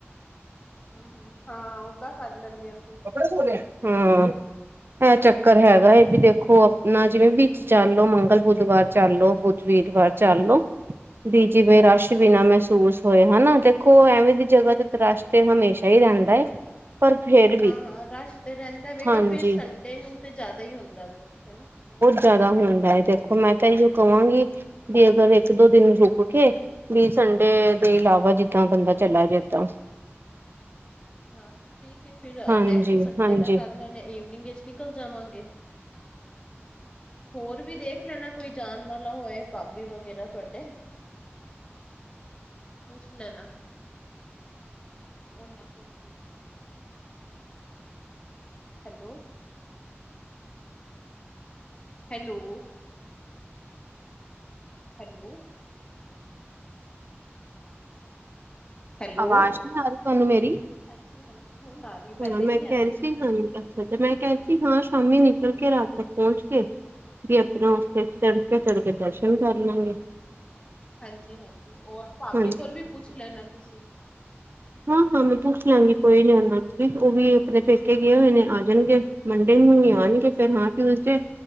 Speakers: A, on the left (about 20°); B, on the right (about 55°).
A: <unintelligible> ਹਾਂ ਓਦਾਂ ਕਰ ਲੈਂਣੇ ਆ ਉਦਾ ਕਰ ਲੈਨੇਆ ਫਿਰ
B: ਕੱਪੜੇ ਧੋਨਇਆ ਹੂੰ ਐਂ ਚੱਕਰ ਹੈਗਾ ਏ ਬੀ ਦੇਖੋ ਅਪਣਾ ਜਿਵੇਂ, ਵਿੱਚ ਚੱਲ ਲਓ ਮੰਗਲ-ਬੁੱਧਵਾਰ ਚਲ ਲੋ ਬੁੱਧ-ਵੀਰਵਾਰ ਚੱਲ ਲੋ ਵੀ ਜਿਵੇਂ ਰਾਸ਼ ਵੀ ਨਾ ਮਹਿਸੂਸ ਹੋਏ ਹੈਨਾ, ਦੇਖੋ ਐਵੇਂ ਦੀ ਜਗ੍ਹਾ ਤੇ ਰਾਸ਼ ਤੇ ਹਮੇਸ਼ਾ ਈ ਰੈਂਦਾ ਏ। ਪਰ ਫੇਰ
A: ਹਾਂ-ਹਾਂ, ਰਾਸ਼ ਤੇ ਰੈਂਦਾ ਵੇਗਾ
B: ਹਾਂਜੀ
A: ਫਿਰ ਸੰਡੇ ਨੂੰ ਤੇ ਜੇਦਾ ਈ ਹੁੰਦਾ ਵੇ ਓੱਥੇ ਹੈਨਾ।
B: ਜਾਦਾ ਹੁੰਦਾ ਐ ਦੇਖੋ ਮੈਂ ਤਾਂ ਏਹੀਓ ਕਵਾਂਗੀ, ਬੀ ਅਗਰ ਇੱਕ-ਦੋ ਦਿਨ ਰੁੱਕ ਕੇ, ਬੀ ਸੰਡੇ ਦੇ ਏਲਾਵਾ ਜਿੱਦਾਂ ਬੰਦਾ ਚਲਾ ਜੈ ਤਾਂ।
A: ਹਾਂ ਠੀਕ ਏ ਫਿਰ ਅ,
B: ਹਾਂਜੀ
A: ਨੈਕਸਟ ਸੰਡੇ
B: ਹਾਂਜੀ
A: ਦਾ ਕਰ ਲੈਣੇ ਆ ਇਵਨਿੰਗ ਚ ਨਿਕਲ ਜਾਵਾਂਗੇ ਹੋਰ ਵੀ ਦੇਖ ਲੈਣਾ ਕੋਈ ਜਾਣ ਵਾਲਾ ਹੋਏ ਭਾਬੀ ਵਗੈਰਾ ਤੁਆਡੇ ਪੁੱਛ ਲੈਣਾ, ਓਨਾਂ ਕੋਲ ਵੀ। ਹੈਲੋ। ਹੈਲੋ? ਹੈਲੋ? ਹੈਲੋ
B: ਆਵਾਜ ਨੀ ਆ ਰੀ ਤੋਨੂੰ ਮੇਰੀ?
A: ਹਾਂਜੀ ਹਾਂਜੀ ਹੁਣ ਆ ਰਹੀ ਪਹਿਲੇ
B: ਹੂੰ ਮੈਂ
A: ਨਹੀਂ ਆ
B: ਕੈ
A: ਰਹੀ
B: ਰੀ ਸੀ ਹਾਂ ਅੱਛਾ ਅੱਛਾ, ਮੈਂ ਕੈਰੀ ਸੀ ਹਾਂ ਸ਼ਾਮੀ ਨਿਕਲ ਕੇ ਰਾਤ ਤੱਕ ਪੋਂਚ ਕੇ ਬੀ ਅਪਣਾ ਓੱਥੇ ਤੜਕੇ-ਤੜਕੇ ਦਰਸ਼ਨ ਕਾਰਲਾਂਗੇ।
A: ਹਾਂਜੀ-ਹਾਂਜੀ, ਔਰ ਭਾਬੀ
B: ਹਾਂਜੀ
A: ਕੋਲ ਵੀ ਪੁੱਛ ਲੈਣਾ ਤੁਸੀਂ।
B: ਹਾਂ-ਹਾਂ, ਮੈਂ ਪੁੱਛ ਲਾਂਗੀ ਕੋਈ ਨੀ ਓਨਾਂ ਨੂੰ ਵੀ ਓਵੀ ਆਪਣੇ ਪੇਕੇ ਗਏ ਹੋਏ ਨੇ ਆ ਜਾਣਗੇ ਮੰਡੇ ਨੂੰ ਨੀ ਆਣਗੇ ਫੇਰ ਹਾਂ ਟਿਊਸਡੇ,